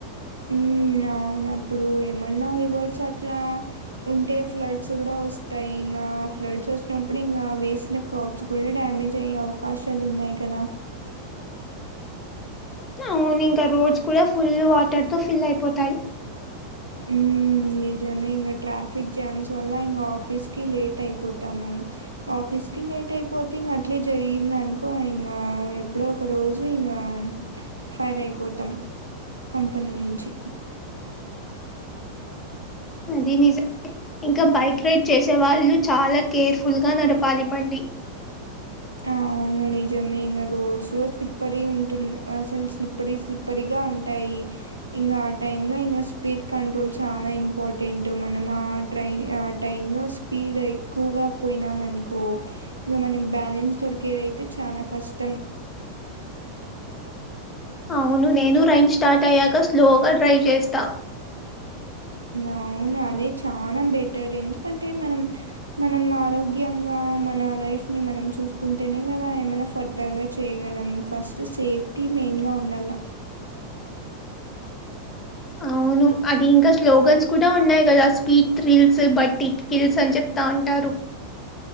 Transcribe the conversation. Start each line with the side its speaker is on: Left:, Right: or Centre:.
Right: ఉమ్ అవును అప్పుడు ఏమన్నా రివర్స్ అట్లా ఉంటే ఫ్లడ్స్ గూడా వస్తాయి. ఇంగా ఫ్లడ్స్ వచ్చినప్పుడు ఇంగా వేసిన క్రాప్ ఫుల్ డ్యామేజ్ అయ్యే అవకాశాలు ఉన్నాయి కదా?
Left: అవున్ ఇంకా రోడ్స్ కూడా ఫుల్ వాటర్ తో ఫిల్ అయిపోతాయి
Right: ఉ నిజమే ఇంగా ట్రాఫిక్ జామ్స్ వల్ల ఇంగా ఆఫీస్ కి లేట్ అయిపోతాము ఆఫీస్ కి లేట్ అయిపోతే ఇంకా అట్లే జరిగింది అనుకో ఇంకా ఎప్పుడో ఒక్ రోజు ఇంకా ఫైర్ అయిపోతాం కంపెనీ నుంచి
Left: అది నిజమే ఇంకా బైక్ రైడ్ చేసే వాళ్ళు చాలా కేర్ఫుల్ గా నడపాలి బండి
Right: అవు నిజమే ఇంగ రోడ్స్ లో స్లిప్పరీ ఉంటుంది అసలు స్లిప్పరీ స్లిప్పరీగా ఉంటాయి ఇంకా ఆ టైంలో ఇంకా స్పీడ్ కంట్రోల్ చాలా ఇంపార్టెంట్ మనం ఆ ట్రైన్ ఆ టైంలో స్పీడ్ ఎక్కువగా పోయినామనుకో ఇక మనం బాడ్ రూమ్స్ దొరికేవి అయితే చానా కష్టం
Left: అవును నేను రైన్ స్టార్ట్ అయ్యాక స్లోగా డ్రైవ్ చేస్తా
Right: అవును అదే చానా బెటర్ ఎందుకంటే మనం మనం ఆరోగ్యంగా మన లైఫ్ని మనం చూసుకుంటేనే కదా ఏమైనా ఫర్ రగా చేయగలం ఫస్ట్ సేఫ్టీ మెయిన్గా ఉండాల్ల
Left: అవును అవి ఇంకా స్లోగన్స్ కూడా ఉన్నాయి కదా speed thrills but it kills అని చెప్తా అంటారు